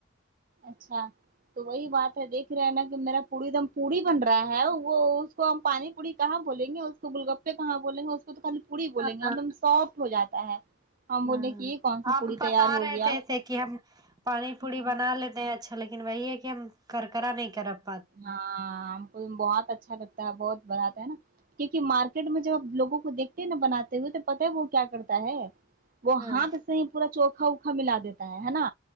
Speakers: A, on the right (about 45°); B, on the right (about 20°).
A: اچھا تو وہی بات ہے دیکھ رہے ہیں نا کہ میرا پڑی دم پوڑی بن رہا ہے وہ تو ہم پانی پوڑی کہاں بولیں گے اس کو گولگپے کہاں بولیں گے اس کو تو خالی پوری بولیں
B: ہاں
A: گے ایک دم سافٹ ہو جاتا ہے ہم بولے
B: ہاں
A: کہ یہ کون سا
B: آپ
A: پوڑی
B: بتا
A: تیار ہو
B: رہے
A: گیا
B: تھے ایسے کہ ہم پانی پوڑی
A: ہاں
B: بنا لیتے ہیں اچھا اچھا لیکن وہی ہے کہ ہم کرکرا نہیں کرب
A: ہاں ہم کو بہت اچھا لگتا ہے بہت بڑاتا ہے نا کیونکہ مارکیٹ میں جب آب لوگوں کو دیکھتے ہیں نا بناتے ہوئے تو پتاہ ہے وہ کیا کرتا ہے وہ
B: ہاں
A: ہاتھ سے ہی پورا چوکھا اوکھا ملا دیتا ہے نا